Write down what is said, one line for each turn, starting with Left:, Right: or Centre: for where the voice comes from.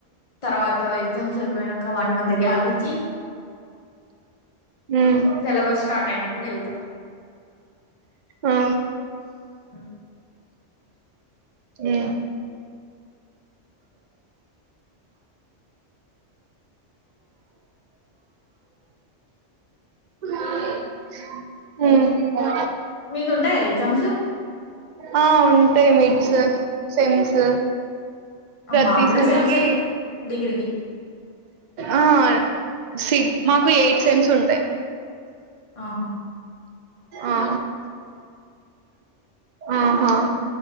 Left: తర్వాత ఎగ్జామ్స్ అయ్ పోయినంక వన్ మంత్ గ్యాపిచ్చి
Right: ఉమ్
Left: సేలబస్ స్టార్ట్ అయినప్పుడు వెళ్తాం
Right: ఆ
Left: మ్
Right: మ్ మ్
Left: మీకుంటాయ ఎగ్జామ్స్
Right: ఆ ఉంటాయి మిడ్స్ సెమ్స్ ప్రతి
Left: మాకు కూడా
Right: సేమ్
Left: సేమ్సే
Right: కి
Left: డిగ్రీకి
Right: ఆ సి మాకు ఎయిట్ సెమ్స్ ఉంటాయి
Left: అ హా
Right: ఆ ఆహా